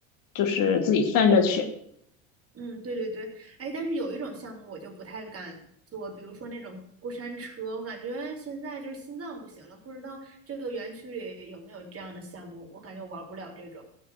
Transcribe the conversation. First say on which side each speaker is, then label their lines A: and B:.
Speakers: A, on the left; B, on the right.
A: 就是自己算着去。
B: 嗯，对对对，哎，但是有一种项目我就不太敢做，比如说那种过山车，我感觉现在就是心脏不行了，不知道这个园区里有没有这样的项目，我感觉我玩不了这种。